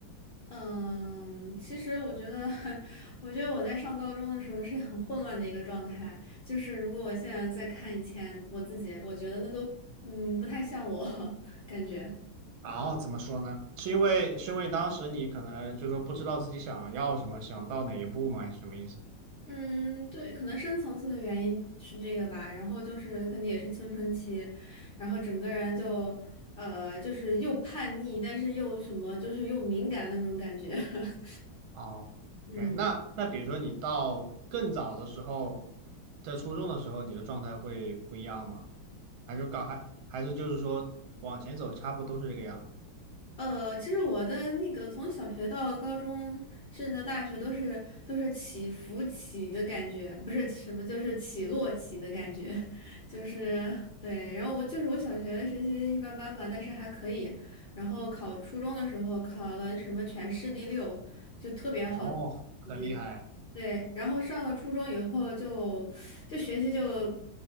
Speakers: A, on the left; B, on the right.
A: 嗯，其实我觉得，<laughs> 我觉得我在上高中的时候是很混乱的一个状态。就是如果我现在再看以前我自己，我觉得那都，嗯，不太像我 <laughs> 感觉。
B: 然后怎么说呢？是因为是因为当时你可能就说不知道自己想要什么，想到哪一步吗？还是什么意思？
A: 嗯，对，可能深层次的原因是这个吧。然后就是可能也是青春期，然后整个人就，呃，就是又叛逆，但是又什么，就是又敏感那种感觉。<laughs>
B: 哦，OK，
A: 嗯。
B: 那那比如说你到更早的时候，在初中的时候，你的状态会不一样吗？还是刚还还是就是说往前走，差不多都是这个样？
A: 呃，其实我的那个从小学到高中，甚至到大学，都是都是起伏起的感觉，不是什么，就是起落起的感觉，<laughs> 就是对。然后我就是我小学学习一般般吧，但是还可以。然后考初中的时候考了什么全市第六，就特别好的成绩。
B: 哦，很厉害。
A: 对，然后上了初中以后就就学习就